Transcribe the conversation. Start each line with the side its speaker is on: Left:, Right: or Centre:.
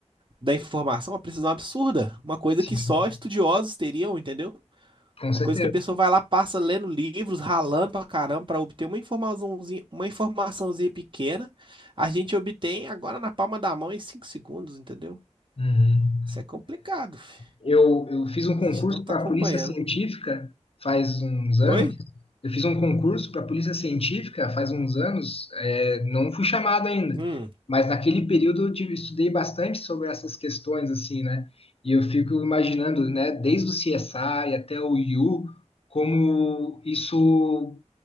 Right: da informação, uma precisão absurda. Uma coisa
Left: Sim,
Right: que só estudiosos teriam, entendeu?
Left: com certeza.
Right: Uma coisa que a pessoa vai lá, passa lendo livros, ralando pra caramba pra obter uma informaçãozinha, uma informaçãozinha pequena, a gente obtém agora na palma da mão em 5 segundos, entendeu?
Left: Uhum.
Right: Isso é complicado, fi.
Left: Eu, eu fiz um concurso
Right: A gente não tá
Left: para
Right: acompanhando.
Left: a Polícia Científica faz uns anos.
Right: Oi?
Left: Eu fiz um concurso para a Polícia Científica faz uns anos. é, não fui chamado ainda,
Right: Hum,
Left: mas naquele período eu tive- estudei bastante sobre essas questões, assim, né? E eu fico imaginando, né, desde o CSI até o IU, como isso,